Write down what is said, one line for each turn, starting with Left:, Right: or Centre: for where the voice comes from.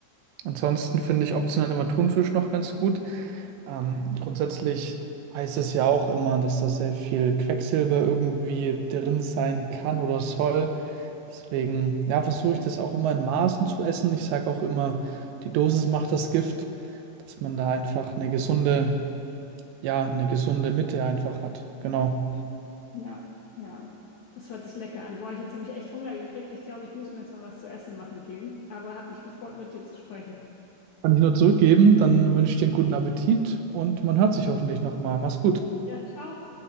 Right: Ansonsten finde ich optional immer Thunfisch noch ganz gut. Ähm, grundsätzlich heißt es ja auch immer, dass da sehr viel Quecksilber irgendwie drin sein kann oder soll. Deswegen, ja, versuche ich das auch immer in Maßen zu essen. Ich sage auch immer, die Dosis macht das Gift, dass man da einfach eine gesunde, ja, eine gesunde Mitte einfach hat. Genau.
Left: Ja, ja. Das hört sich lecker an. Boah, ich, jetzt habe ich echt Hunger gekriegt. Ich glaube, ich muss mir jetzt mal was zu essen machen gehen. Aber hat mich gefreut, mit dir zu sprechen.
Right: Kann ich nur zurückgeben, dann wünsche ich dir einen guten Appetit und man hört sich hoffentlich nochmal. Mach's gut.
Left: Ja, ciao.